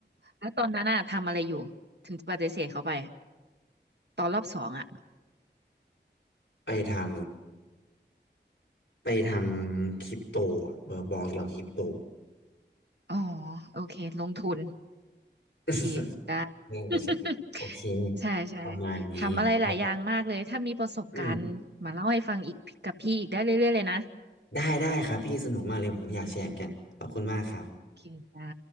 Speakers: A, on the right; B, on the left.
A: แล้วตอนนั้นอะทำอะไรอยู่ถึงปฏิเสธเขาไปตอนรอบสองอะ
B: ไปทำไปทำคริปโตอะเออบอกเกี่ยวกับคริปโต
A: อ๋อโอเคลงทุนโอเคได้
B: <laughs> น่าจะใช่โอเค
A: <laughs> ใช่ใช่
B: ประมาณนี้ครับ
A: ทำอะไรหลายอย่างมากเลยถ้ามีประสบการณ์มาเล่าให้ฟังอีกกับพี่อีกได้เรื่อยๆเลยนะ
B: อืม ได้ได้ครับพี่สนุกมากเลยผมอยากแชร์เหมือนกันขอบคุณมากครับ
A: โอเคจ้า